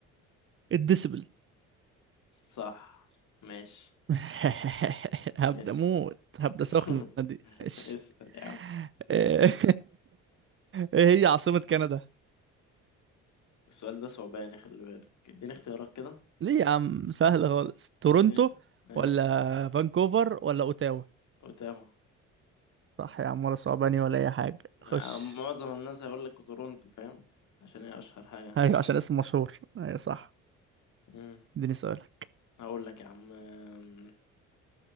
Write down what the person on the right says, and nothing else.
الديسبل
<laughs> هبدأ
موت هبدأ سخنة
دي إيش
<laughs> ايه هي عاصمة كندا
ليه يا عم سهلة خالص تورونتو
ولا فانكوفر ولا اوتاوا
صح يا عم ولا صعباني ولا اي حاجة خش
ايوه عشان اسم مشهور ايوه صح
اديني سؤالك